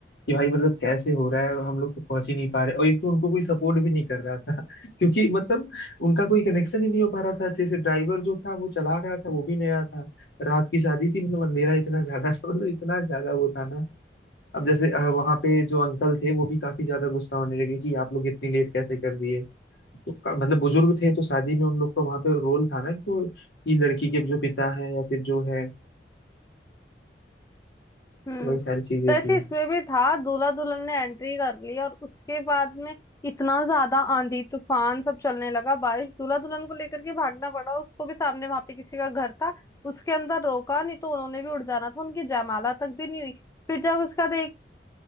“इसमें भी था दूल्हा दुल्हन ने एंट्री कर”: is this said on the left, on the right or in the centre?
Left